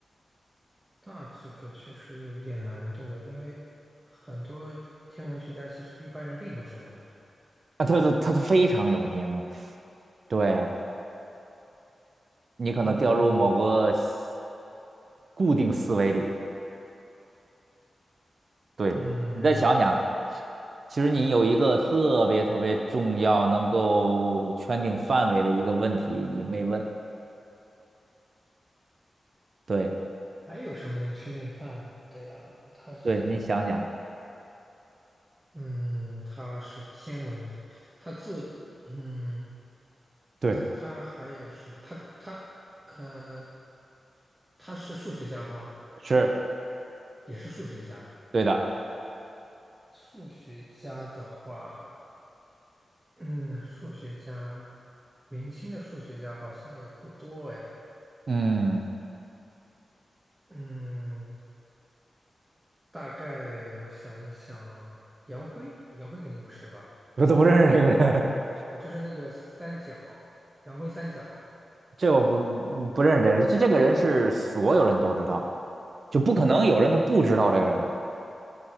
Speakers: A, on the right; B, on the right.
A: 那这个确实有一点难度诶，因为很多天文学家其实一般人并不知道呀。
B: 啊，对对，他非常有名，对，你可能掉入某个思
A: 嗯
B: 固定思维里。对，
A: 嗯，
B: 你再想想，其实你有一个特别特别重要、能够圈定范围的一个问题，你没问。对，
A: 还有什么能确定范围的呀？他是，
B: 对，你想想，
A: 嗯，他是天文，他做，嗯，
B: 对，
A: 那他还有什么？他他呃，他是数学家吗？
B: 是
A: 也是数学家。
B: 对的。
A: 数学家的话，嗯，数学家，明清的数学家好像也不多哎。
B: 嗯，
A: 嗯，大概我想一想，杨辉，杨辉肯定不是吧？
B: 我都不认识这个人。<laughs>
A: 啊，就是那个三角，杨辉三角。
B: 这我不嗯不认识这人，这这个人是所有人都知道，就不可能有人他不知道这个人。
A: 嗯，